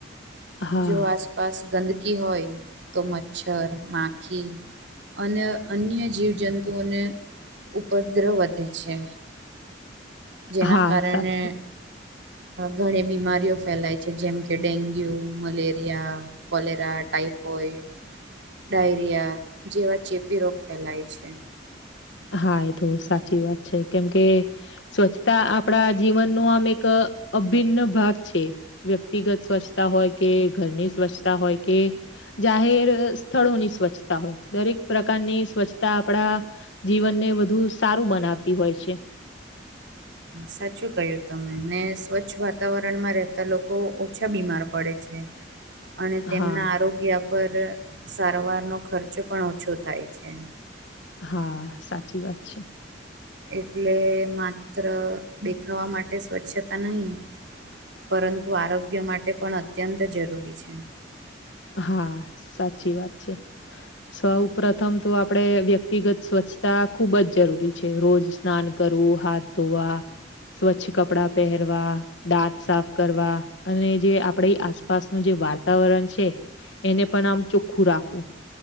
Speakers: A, on the left; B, on the right.
A: હા,
B: જો આસપાસ ગંદકી હોય તો મચ્છર માખી અને અન્ય જીવજંતુઓને ઉપદ્રવ વધે છે જેના
A: હા,
B: કારણે
A: સાચી
B: ઘણી બીમારીઓ ફેલાય છે જેમ કે dengue malaria cholera typhoid diarrhoea જેવા ચેપી રોગ ફેલાય છે
A: હા એ તો સાચી વાત છે કેમ કે સ્વચ્છતા આપણા જીવનનો આમ એક અભિન્ન ભાગ છે વ્યક્તિગત સ્વચ્છતા હોય કે ઘરની સ્વચ્છતા હોય કે જાહેર સ્થળોની સ્વચ્છતા હોય દરેક પ્રકારની સ્વચ્છતા આપડા જીવનને વધુ સારું બનાવતી હોય છે.
B: સાચું કહ્યું તમે ને સ્વચ્છ વાતાવરણમાં રહેતા લોકો ઓછા બીમાર પડે છે. <unintelligible> અને તેમના
A: હા,
B: આરોગ્ય પર સારવારનો ખર્ચો પણ ઓછો થાય છે.
A: હા સાચી વાત છે.
B: એટલે માત્ર દેખાવા માટે સ્વચ્છતા નહી. પરંતુ આરોગ્ય માટે પણ અત્યંત જરૂરી છે.
A: હા સાચી વાત છે. સૌ પ્રથમ તો આપડે વ્યક્તિગત સ્વચ્છતા ખુબ જ જરૂરી છે રોજ સ્નાન કરવું હાથ ધોવા સ્વચ્છ કપડા પહેરવા દાંત સાફ કરવા અને જે આપડી આસપાસનું જે વાતાવરણ છે. એને પણ આમ ચોખ્ખું રાખવું